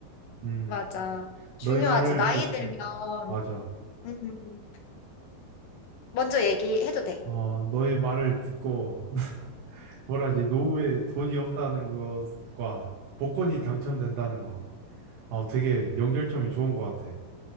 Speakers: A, on the right; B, on the left.
A: 음,
B: 맞아.
A: 너의
B: 중요하지.
A: 말을
B: 나이
A: 듣,
B: 들면.
A: 맞아.
B: 음. 먼저 얘기해도 돼.
A: 어, 너의 말을 듣고, <laughs> 뭐라 하지, 노후에 돈이 없다는 것과 복권이 당첨된다는 거. 어, 되게 연결점이 좋은 것 같아.